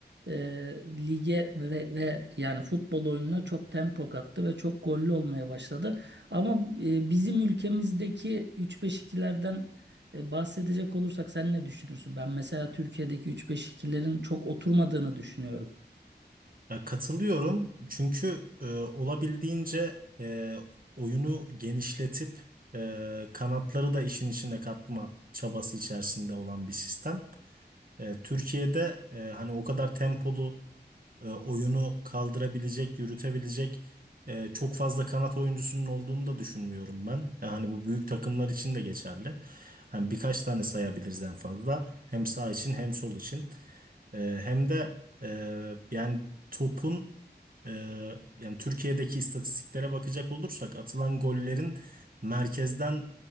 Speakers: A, on the right; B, on the right.
A: e, lige ve, ve yani futbol oyununa çok tempo kattı ve çok gollü olmaya başladı. Ama e, bizim ülkemizdeki üç beş ikilerden. E, bahsedecek olursak sen ne düşünürsün? Ben mesela Türkiye'deki 3-5-2'lerin çok oturmadığını düşünüyorum.
B: Ya katılıyorum çünkü e, olabildiğince e, oyunu genişletip e, kanatları da işin içine katma çabası içerisinde olan bir sistem. E, Türkiye'de e, hani o kadar tempolu e, oyunu kaldırabilecek, yürütebilecek e, çok fazla kanat oyuncusunun olduğunu da düşünmüyorum ben. E, hani bu büyük takımlar için de geçerli. Hani birkaç tane sayabiliriz en fazla. Hem sağ için hem sol için. E, hem de e, yani topun ee, yani Türkiye'deki istatistiklere bakacak olursak atılan gollerin merkezden